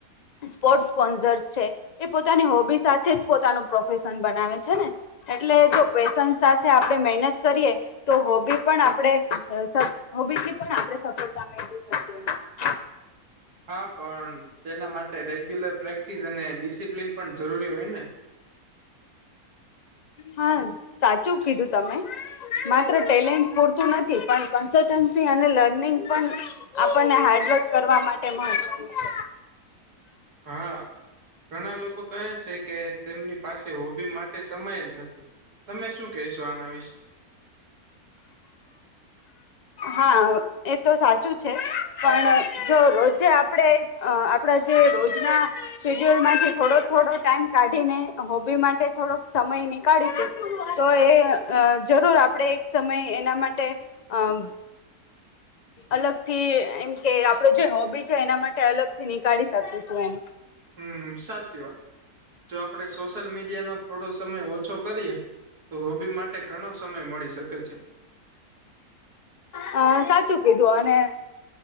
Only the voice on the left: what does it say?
સ્પોર્ટ્સ સ્પોન્સર્સ છે, એ પોતાની હોબી સાથે જ પોતાનું પ્રોફેશન બનાવે છે ને? એટલે જો પેશન્સ સાથે આપણે મહેનત કરીએ તો હોબી પણ આપણે સ હોબી થી પણ આપે સફળતા મેળવી શકીએ એમ.
હા, સાચું કીધું તમે. માત્ર ટેલેન્ટ પૂરતું નથી, પણ કન્સલટન્સી અને લર્નિંગ પણ આપણને હાર્ડવર્ક કરવા માટે મહત્વનું છે.
હા એ તો સાચું છે. પણ જો રોજે આપણેે અહ આપડા જે રોજના શેડ્યુલ માંથી થોડો-થોડો ટાઈમ કાઢીને હોબી માટે થોડોક સમય નીકાળીશું, તો એ અહ જરૂર આપણે એક સમય એના માટે અહ અલગથી એમ કે આપડો જે હોબી છે એના માટે અલગ થી નીકાળી શકીશું એમ.
હ સાચું કીધું અને